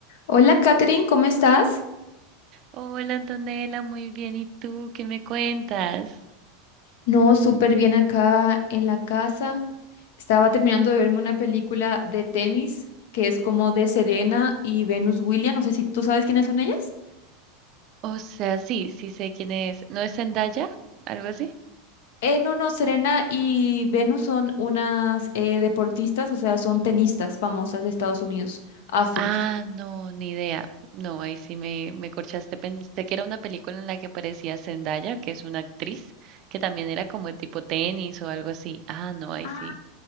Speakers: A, on the left; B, on the right.
A: Hola, Katherine, ¿cómo estás?
B: Hola Antonella, muy bien. ¿Y tú qué me cuentas?
A: No, súper bien acá en la casa. Estaba terminando de verme una película de tenis que es como de Serena y Venus Williams. No sé si tú sabes quiénes son ellas.
B: O sea, sí, sí sé quién es. ¿No es Zendaya? ¿Algo así?
A: Eh, no, no, Serena y Venus son unas eh, deportistas, o sea, son tenistas famosas de Estados Unidos, afros.
B: Ah, no, ni idea. No, ahí sí me, me corchaste. Pensé que era una película en la que aparecía Zendaya, que es una actriz, que también era como de tipo tenis o algo así. Ah, no, ahí
A: Ah,
B: sí.